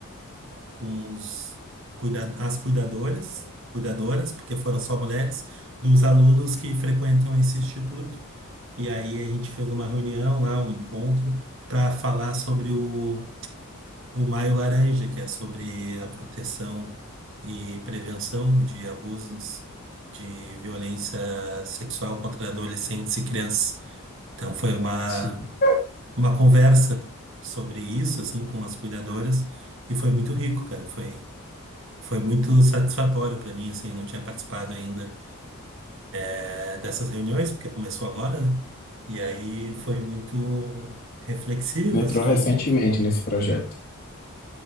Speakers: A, on the right; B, on the left.
A: com os cuida- as cuidadores, cuidadoras, porque foram só mulheres, dos alunos que frequentam esse instituto. E aí a gente fez uma reunião lá, um encontro, para falar sobre o o Maio Laranja, que é sobre a proteção e prevenção de abusos de violência sexual contra adolescentes e crianças. Então foi uma,
B: Sim.
A: uma conversa sobre isso, assim, com as cuidadoras, e foi muito rico, cara. Foi, foi muito satisfatório para mim, assim, eu não tinha participado ainda eh, dessas reuniões, porque começou agora, né? E aí foi muito reflexivo,
B: Entrou
A: assim,
B: recentemente nesse projeto.